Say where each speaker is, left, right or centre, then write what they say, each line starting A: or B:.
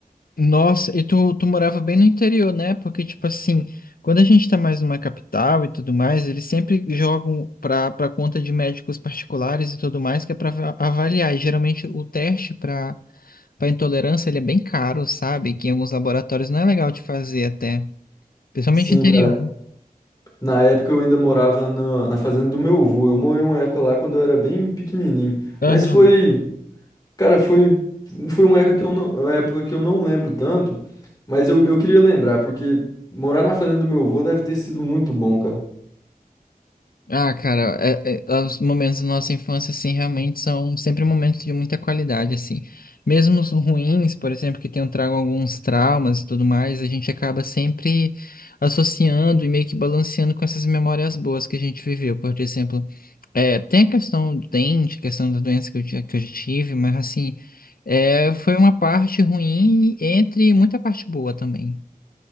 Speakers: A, on the left (about 70°); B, on the left (about 25°).
A: Nossa, e tu, tu morava bem no interior, né? Porque, tipo assim, quando a gente tá mais numa capital e tudo mais, eles sempre jogam pra, pra conta de médicos particulares e tudo mais, que é pra ava- avaliar. E geralmente o teste pra, pra intolerância, ele é bem caro, sabe? Que em alguns laboratórios não é legal de fazer até. Principalmente
B: Sim,
A: interior.
B: cara. Na época eu ainda morava na, na fazenda do meu avô. Eu morei uma época lá quando eu era bem pequenininho.
A: Aham.
B: Mas foi, cara, foi, foi uma época que eu não, uma época que eu não lembro tanto. Mas eu, eu queria lembrar, porque morar na fazenda do meu avô deve ter sido muito bom, cara.
A: Ah, cara, é- é- os momentos da nossa infância, assim, realmente são sempre momentos de muita qualidade, assim. Mesmo os ruins, por exemplo, que tenham trago alguns traumas e tudo mais, a gente acaba sempre associando e meio que balanceando com essas memórias boas que a gente viveu. Por exemplo, é, tem a questão do dente, a questão da doença que eu, ti- que eu tive, mas, assim, é, foi uma parte ruim entre muita parte boa também.